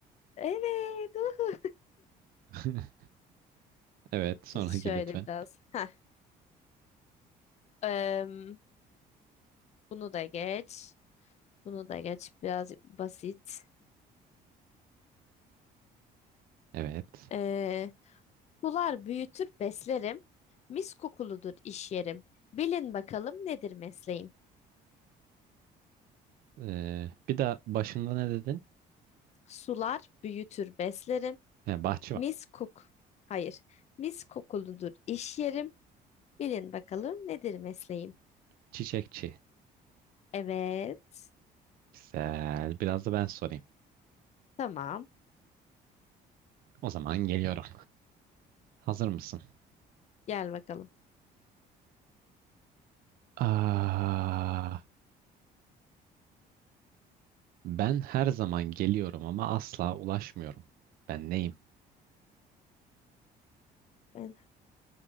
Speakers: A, on the left (about 40°); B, on the right (about 60°).
A: Evet. uhu.
B: <laughs> Evet, sonraki
A: Şöyle
B: lütfen.
A: biraz. Heh. em, bunu da geç. Bunu da geç. Biraz basit.
B: Evet.
A: Ee, sular büyütür beslerim. Mis kokuludur iş yerim. Bilin bakalım nedir mesleğim?
B: Ee, bir de başında ne dedin?
A: Sular büyütür beslerim.
B: He, bahçıvan.
A: Mis kok. Hayır. Mis kokuludur iş yerim. Bilin bakalım nedir mesleğim?
B: Çiçekçi.
A: Evet.
B: Güzel. Biraz da ben sorayım.
A: Tamam.
B: O zaman geliyorum. Hazır mısın?
A: Gel bakalım.
B: Aa, ben her zaman geliyorum ama asla ulaşmıyorum. Ben neyim?
A: Ben